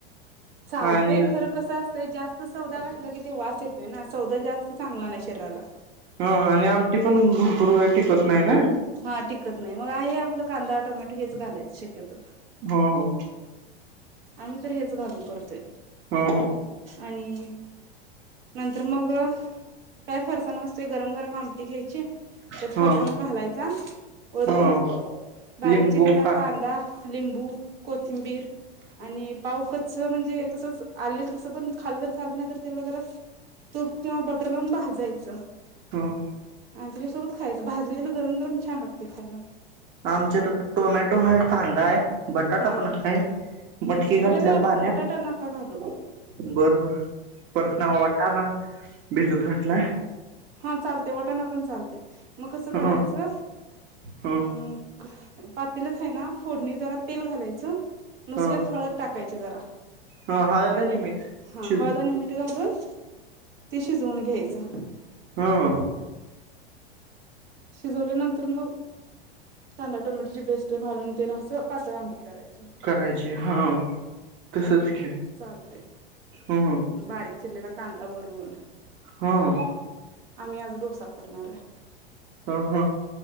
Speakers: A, on the right; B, on the right.
A: चालतंय
B: आणि
A: खरं, कसं असतंय जास्त सौदा घातलं की ते वास येतोय ना, सौदा जास्त चांगला नाही शरीराला.
B: हं-हं, आणि आमटी पण भरपूर वेळा तिखट नाही ना?
A: हा टिकत नाही, मग हे आपलं कांदा- टोमॅटो हेच घालायच शक्यतो.
B: हो-हो.
A: आम्ही तर हेच घालून करतोय,
B: हो
A: आणि नंतर मग काय फरसान असते गरम-गरम आमटी घ्यायचे त्यात
B: हो
A: फरसाणा घालायचा
B: हो
A: वरून
B: हो
A: बारीक
B: लिंबू
A: चिरलेला
B: का
A: कांदा, लिंबू, कोथिंबीर, आणि पाव कच्च म्हणजे तसच आलेल तसं पण खाल्लं तरी पण चालत नाही तर त्याला जरा तूप किंवा बटर लावून भाजायचं.
B: हं.
A: आन त्याच्यासोबत खायचं, भाजलेलं गरम-गरम छान लागते खायला.
B: आमचे तर टोमॅटो हाय कांदा हाय बटाटा
A: हा
B: पण हाय, मटकी घातल्या
A: बटाटा
B: पाण्यात
A: बटाटा नका घालू
B: बरबर, परत ना वाटाना भिजूत घातलाय.
A: हा चालते, वाटाणा पण चालते, मग कसं करायचं
B: ह ह
A: हम्म पातील्यात आहे ना फोडणी जरा तेल घालायचं दुसऱ्यात
B: ह
A: हळद टाकायची जरा
B: ह हळद
A: आणि
B: मीठ
A: हं
B: शिजू
A: हळद आणि मिठ ते घालून ते शिजवून घ्यायचं.
B: हं.
A: शिजवल्या नंतर मग कांदा, टोमॅटोची पेस्ट घालून ते नं आसं पातळ आमटी करायची.
B: करायची, हां तसच की.
A: चालतय.
B: हम ह.
A: बारीक चिरलेला कांदा वरून
B: हं.
A: आम्ही आज डोसा करणार हाय.
B: हं हं.